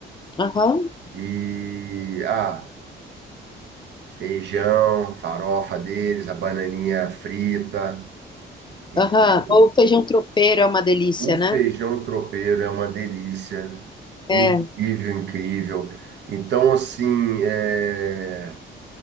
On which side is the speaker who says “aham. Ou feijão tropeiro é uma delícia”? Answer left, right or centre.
Left